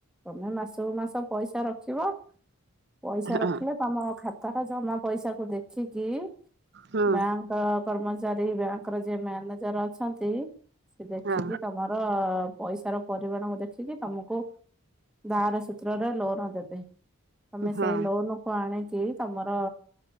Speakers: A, in the centre; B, on the right.
A: ତମେ ମାସକୁ ମାସ ପଇସା ରଖିବ। ପଇସା
B: ହଁ
A: ରଖିଲେ ତମ ଖାତା ଟା ଜମା ପଇସା କୁ ଦେଖିକି
B: ହଁ
A: ବ୍ୟାଙ୍କକୁ କ କର୍ମଚାରୀ ବ୍ୟାଙ୍କର ଯିଏ ମ୍ୟାନେଜର ଅଛନ୍ତି ସେ ଦେଖିକି
B: ହଁ
A: ତମ। ପର ପଇସାର ପରିମାଣ ମୋତେ। ରଖିକି ତମକୁ ଧାର୍ ସୂତ୍ରରେ ଲୋନ ଦେବେ ତମେ
B: ହଁ
A: ସେଇ ଲୋନ। ପାକୁ ଆଣିକି ତମର